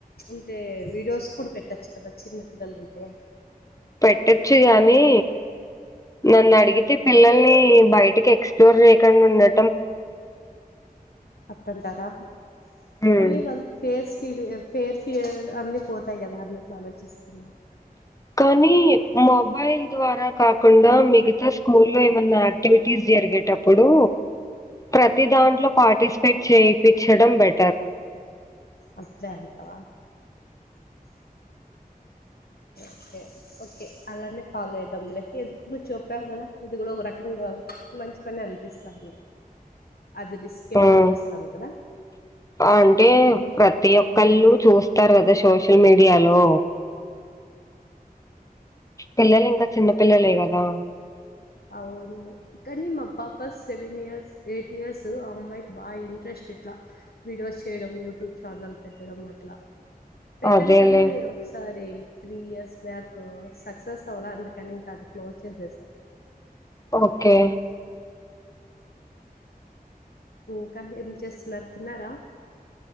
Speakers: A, on the left; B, on the left.
A: ఉ అే వీడియోస్ కూడా పెట్టచ్చు కదా చిన్నటిదన అంటే
B: పెట్టొచ్చు గానీ నన్ను అడిగితే పిల్లల్ని బయటికి ఎక్స్ప్లోర్ చేయకుండా ఉ
A: అట్టంటారా
B: ఉమ్
A: కనీ పర్ ఫేస్ ఫి ఫేర్ ఫిర్ అన్ని పోతాయి కదా అన్నిట్లు ఆలోచిస్తున్నారు
B: కానీ మొబైల్ ద్వారా కాకుండా మిగతా స్కూల్లో ఏమైన్నా యాక్టివిటీస్ జరిగే అప్పుడు ప్రతి దాంట్లో పార్టిసిపేట్ చేయిపి చ్చడం బెటర్
A: అట్లే అంటావా ఓకే ఓకే అలానే ఫాలో అయిదాం లే ఎందుకు నువ్వు చెప్పావ్ కదా ఇది కూడా ఒక రకంగా మంచి పనే అనిపిస్తాంది అది రిస్క్ ఏమో
B: ఉమ్
A: అనిపిస్తాంది కదా
B: అంటే ప్రతి ఒక్కళ్ళు
A: మ్మ్
B: చూస్తారు కదా శోష మీడియాలో పిల్లలిం కా చిన్న పిల్లలే కదా
A: అవురు కానీ మా పాప సెవెన్ ఇయర్స్ ఎయిట్ ఇయర్స్ ఆ అమ్మాయికి బా ఇంట్రెస్ట్ ఇట్లా వీడియోస్ చేయడం యూట్యూబ్ ఛానల్ పెట్టడం అట్లా పెట్టాను
B: అదేలే
A: కానీ నేను ఒకసారి త్రీ ఇయర్స్ బ్యాక్ సక్సెస్ అవలా అందుకని ఇంకా అది క్లోజ్ చేసేసా
B: ఓకే
A: ఊ ఇంకా ఏం చేస్తున్నారు తిన్నారా